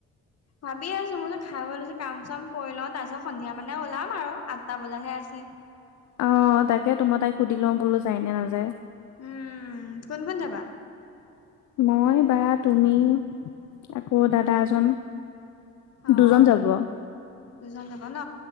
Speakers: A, on the left; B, on the left.
A: ভাবি আছো মই যে খাই লৈছো কাম চাম কৰি লওঁ তাৰ পিছত সন্ধিয়া মানে ওলাম আৰু আঠটা বজাত হে আছে।
B: অ', তাকেটো, মই তাইক সুধি লওঁ বোলো যায় নে নাযায়?
A: উম', কোন কোন যাবা?
B: মই বা তুমি, আকৌ দাদা এজন।
A: অ',
B: দুজন যাব
A: দুজন যাব ন?